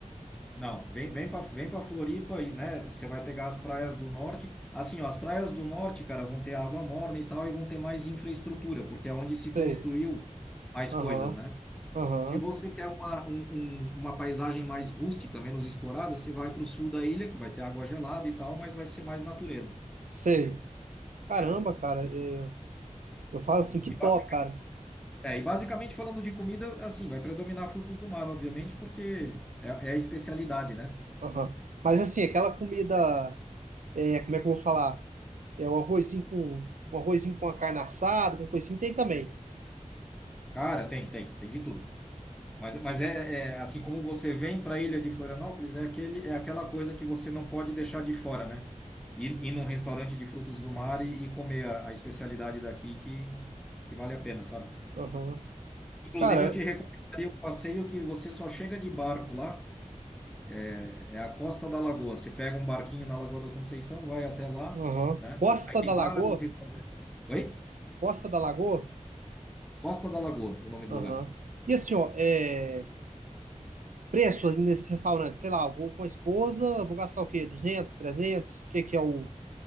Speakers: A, in the centre; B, on the right (about 80°).
A: Não, vem, vem para vem para Floripa aí, né? Você vai pegar as praias do norte. Assim, ó, as praias do norte, cara, vão ter água morna e tal, e vão ter mais infraestrutura, porque é onde se construiu
B: Sei.
A: mais
B: Aham,
A: coisas, né?
B: aham.
A: Se você quer uma, um- um- uma paisagem mais rústica, menos explorada, você vai para o sul da ilha, que vai ter água gelada e tal, mas vai ser mais natureza,
B: Sei. Caramba,
A: né?
B: cara.
A: E,
B: é, Eu falo assim, que
A: e
B: top,
A: basic-
B: cara.
A: é, e basicamente falando de comida, assim, vai predominar frutos do mar, obviamente, porque é, é a especialidade, né?
B: Aham. Mas assim, aquela comida, é, como é que eu vou falar? É o arrozinho com, um arrozinho com a carne assada, com coisinha, tem também.
A: Cara, tem, tem, tem de tudo. Mas, mas é, é assim como você vem para a ilha de Florianópolis, é aquele, é aquela coisa que você não pode deixar de fora, né? Ir, ir num restaurante de frutos do mar e, e comer a, a especialidade daqui que, que vale a pena, sabe?
B: Aham.
A: Inclusive,
B: Cara,
A: eu te recomendaria um passeio que você só chega de barco lá, é é a Costa da Lagoa. Você pega um barquinho na Lagoa da Conceição, vai até lá,
B: aham.
A: né?
B: Costa
A: Aí tem
B: da Lagoa?
A: vários restaurantes. Oi?
B: Costa da Lagoa?
A: Costa da Lagoa, o nome do
B: Aham.
A: lugar.
B: E assim, ó, é, preço ali nesse restaurante, sei lá, eu vou com a esposa, vou gastar o quê? 200, 300? O que que é o,